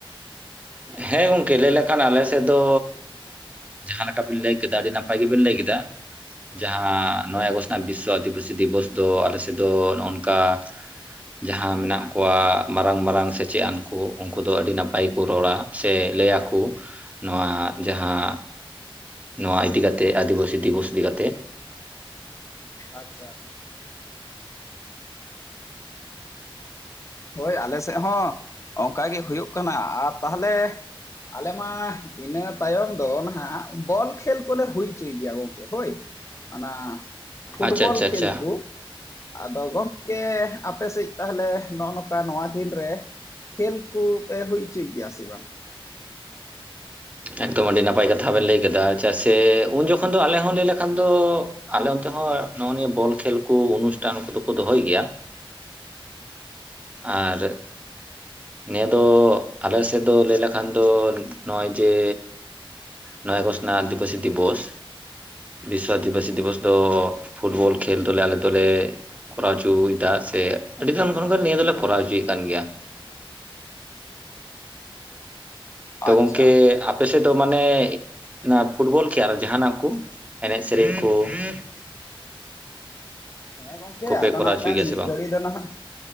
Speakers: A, on the right; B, on the left.
A: ᱦᱮᱸ ᱜᱚᱝᱠᱮ ᱞᱟᱹᱭ ᱞᱮᱠᱷᱟᱱ ᱟᱞᱮ ᱥᱮᱫ ᱫᱚ ᱡᱟᱸᱦᱟᱸ ᱞᱮᱠᱟ ᱵᱤᱱ ᱞᱟᱹᱭ ᱠᱮᱫᱟ ᱟᱹᱰᱤ ᱱᱟᱯᱟᱭ ᱜᱮᱵᱤᱱ ᱞᱟᱹᱭ ᱠᱮᱫᱟ᱾ ᱡᱟᱸᱦᱟᱸ ᱱᱚᱭ ᱟᱜᱚᱥᱴ ᱨᱮᱱᱟᱜ ᱵᱤᱥᱥᱚ ᱟᱹᱫᱤᱵᱟᱹᱥᱤ ᱫᱤᱵᱚᱥ ᱫᱚ ᱟᱞᱮ ᱥᱮᱫ ᱫᱚ ᱱᱚᱜᱚᱱᱠᱟ ᱡᱟᱸᱦᱟᱸ ᱢᱮᱱᱟᱜ ᱠᱚᱣᱟ ᱢᱟᱨᱟᱝ ᱢᱟᱨᱟᱝ ᱥᱮᱪᱮᱫ ᱟᱱ ᱠᱩ ᱩᱱᱠᱩ ᱫᱚ ᱟᱹᱰᱤ ᱱᱟᱯᱟᱭ ᱠᱚ ᱨᱚᱲᱟ, ᱥᱮ ᱞᱟᱹᱭ ᱟᱠᱩ ᱱᱚᱣᱟ ᱡᱟᱸᱦᱟᱸ ᱱᱚᱣᱟ ᱤᱫᱤ ᱠᱟᱛᱮ ᱟᱹᱫᱤᱵᱟᱹᱥᱤ ᱫᱤᱵᱚᱥ ᱤᱫᱤ ᱠᱟᱛᱮ,
B: ᱟᱪᱪᱷᱟ ᱦᱳᱭ ᱟᱞᱮ ᱥᱮᱫ ᱦᱚᱸ ᱚᱱᱠᱟ ᱜᱮ ᱦᱩᱭᱩᱜ ᱠᱟᱱᱟ ᱟᱨ ᱛᱟᱦᱚᱞᱮ, ᱟᱞᱮ ᱢᱟ ᱤᱱᱟᱹ ᱛᱟᱭᱚᱢ ᱫᱚ ᱱᱟᱦᱟᱜ ᱵᱚᱞ ᱠᱷᱮᱞ ᱠᱚᱞᱮ ᱦᱩᱭ ᱦᱚᱪᱚᱭ ᱜᱮᱭᱟ ᱜᱚᱝᱠᱮ ᱦᱳᱭ᱾ ᱟᱱᱟ ᱯᱷᱩᱴᱵᱚᱞ
A: ᱟᱪᱪᱷᱟ ᱟᱪᱪᱷᱟ
B: ᱠᱷᱮᱞ
A: ᱟᱪᱪᱷᱟ
B: ᱠᱩ ᱟᱫᱚ ᱜᱚᱢᱠᱮ ᱟᱯᱮᱥᱮᱫ ᱛᱟᱦᱚᱞᱮ ᱱᱚᱜᱼᱚ ᱱᱚᱠᱟ ᱱᱚᱣᱟ ᱫᱤᱱ ᱨᱮ ᱠᱷᱮᱞ ᱠᱩ ᱯᱮ ᱦᱩᱭ ᱩᱪᱚᱭ ᱜᱮᱭᱟ ᱥᱮ ᱵᱟᱝ?
A: ᱮᱠᱫᱚᱢ ᱟᱹᱰᱤ ᱱᱟᱯᱟᱭ ᱠᱟᱛᱷᱟ ᱵᱮᱱ ᱞᱟᱹᱭ ᱠᱟᱫᱟ ᱪᱟᱜ ᱥᱮ ᱩᱱ ᱡᱚᱠᱷᱚᱱ ᱫᱚ ᱟᱞᱮ ᱦᱚᱸ ᱞᱟᱹᱭ ᱞᱮᱠᱷᱟᱱ ᱫᱚ ᱟᱞᱮ ᱚᱱᱛᱮ ᱦᱚᱸ ᱱᱚᱜᱼᱚ ᱱᱤᱭᱟᱹ ᱵᱚᱞ ᱠᱷᱮᱞ ᱠᱩ ᱚᱱᱩᱥᱴᱷᱟᱱ ᱠᱚᱫᱩ ᱠᱚ ᱫᱚᱦᱚᱭ ᱜᱮᱭᱟ᱾ ᱟᱨ ᱱᱤᱭᱟᱹ ᱫᱚ ᱟᱞᱮᱥᱮᱫ ᱫᱚ ᱞᱟᱹᱭ ᱞᱮᱠᱷᱟᱱ ᱫᱚ ᱱᱚᱜᱚᱭ ᱡᱮ ᱱᱚᱭ ᱟᱜᱚᱥᱴ ᱱᱟᱜ ᱟᱫᱤᱵᱟᱹᱥᱤ ᱫᱤᱵᱚᱥ ᱵᱤᱥᱥᱚ ᱟᱹᱫᱤᱵᱟᱹᱥᱤ ᱫᱤᱵᱚᱥ ᱫᱚ ᱯᱷᱩᱴᱵᱚᱞ ᱠᱷᱮᱞ ᱫᱚᱞᱮ ᱟᱞᱮ ᱫᱚᱞᱮ ᱠᱚᱨᱟᱣ ᱩᱪᱩᱭᱮᱫᱟ ᱥᱮ ᱟᱹᱰᱤ ᱜᱟᱱ <unintelligible> ᱱᱤᱭᱟᱹ ᱫᱚᱞᱮ ᱠᱚᱨᱟᱣ ᱚᱪᱚᱭᱮᱫ ᱠᱟᱱ ᱜᱮᱭᱟ᱾ ᱛᱚ
B: ᱟᱪᱪᱷᱟ
A: ᱜᱚᱝᱠᱮ ᱟᱯ ᱯᱟᱥᱮᱫ ᱫᱚ ᱢᱟᱱᱮ ᱚᱱᱟ ᱯᱷᱩᱴᱵᱚᱞ ᱠᱷᱮ ᱟᱨ ᱡᱟᱦᱟᱱᱟᱜ ᱠᱩ ᱮᱱᱮᱡ ᱥᱮᱨᱮᱧ ᱠᱩ <inaudible>
B: ᱦᱮᱸ ᱜᱚᱝᱠᱮ
A: ᱠᱚᱯᱮ
B: ᱟᱫᱚ
A: ᱠᱚᱨᱟᱣ
B: ᱱᱟᱜᱠᱷᱟᱱ
A: ᱦᱚᱪᱚᱭ ᱜᱮᱭᱟ
B: ᱢᱤᱫ
A: ᱥᱮ ᱵᱟᱝ
B: ᱜᱷᱟᱹᱲᱤ ᱫᱚ ᱱᱟᱦᱟᱜ